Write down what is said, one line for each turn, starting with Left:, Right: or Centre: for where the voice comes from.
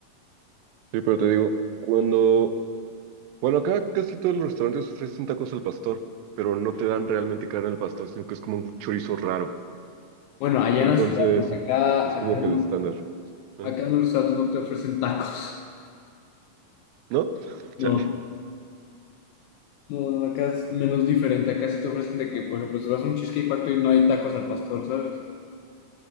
Right: Sí, pero te digo, cuando, bueno, acá casi todos los restaurantes ofrecen tacos al pastor, pero no te dan realmente carne al pastor, sino que es como un chorizo raro.
Left: Bueno, allá
Right: Entonces,
Left: en la ciudad, porque acá,
Right: es
Left: acá,
Right: como que
Left: no-
Right: el estándar. Ajá.
Left: acá en los restaurantes no te ofrecen tacos. <laughs>
Right: ¿No?
Left: No,
Right: Chale.
Left: no, no, acá es menos diferente. Acá sí te ofrecen de que, por ejemplo, si vas a un Cheesecake Factory no hay tacos al pastor, ¿sabes?